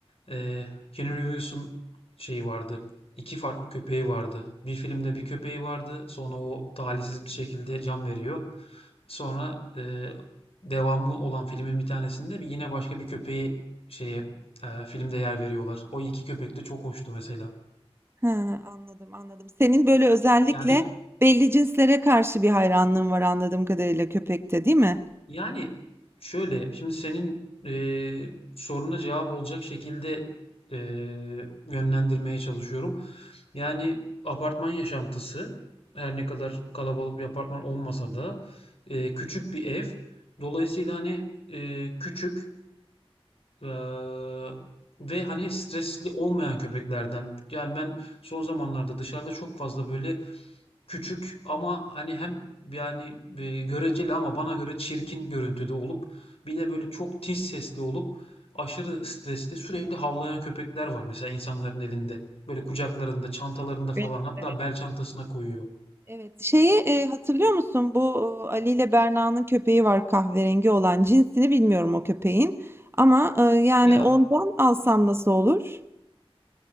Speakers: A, on the left; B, on the right.
A: eee Keanu Reeves'un şeyi vardı. İki farklı köpeği vardı. Bir filmde bir köpeği vardı. Sonra o talihsiz bir şekilde can veriyor. Sonra, eee, devamı olan filmin bir tanesinde yine başka bir köpeği şeye, eee, filmde yer veriyorlar. O 2 köpek de çok hoştu mesela.
B: Ha, anladım, anladım. Senin böyle özellikle
A: Yani
B: belli cinslere karşı bir hayranlığın var anladığım kadarıyla köpekte, değil mi?
A: yani şöyle, şimdi senin, eee, soruna cevap olacak şekilde, eee, yönlendirmeye çalışıyorum. Yani apartman yaşantısı, her ne kadar kalabalık bir apartman olmasa da, eee, küçük bir ev. Dolayısıyla hani, eee, küçük Eee, ve hani stresli olmayan köpeklerden. Yani ben son zamanlarda dışarıda çok fazla böyle küçük ama hani hem yani e, göreceli ama bana göre çirkin görüntüde olup bir de böyle çok tiz sesli olup aşırı stresli sürekli havlayan köpekler var mesela insanların elinde. Böyle kucaklarında, çantalarında falan
B: Evet,
A: hatta
B: evet.
A: bel çantasına koyuyor.
B: Evet. Şeyi e, hatırlıyor musun? Bu e, Ali ile Berna'nın köpeği var kahverengi olan. Cinsini bilmiyorum o köpeğin. Ama e, yani
A: Ya
B: ondan alsam nasıl olur?